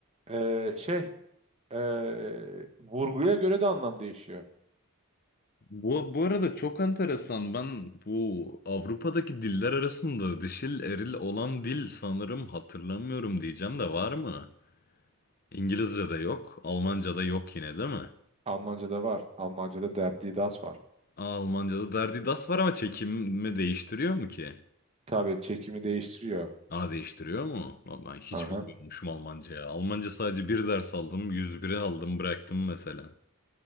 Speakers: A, on the right (about 30°); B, on the left (about 45°).
A: eee, şey eee, vurguya göre de anlam değişiyor.
B: Bu, bu arada çok enteresan. Ben bu Avrupa'daki diller arasında dişil eril olan dil sanırım hatırlamıyorum diyeceğim de var mı? İngilizce de yok. Almanca da yok yine değil mi?
A: Almanca'da var. Almanca'da der die das var.
B: Aa, Almanca'da derdi das var ama çekimi değiştiriyor mu ki?
A: Tabii çekimi değiştiriyor.
B: A değiştiriyor mu? Lan Ben hiç
A: Aha.
B: bilmiyormuşum Almanca ya. Almanca sadece bir ders aldım. yüz biri aldım bıraktım mesela.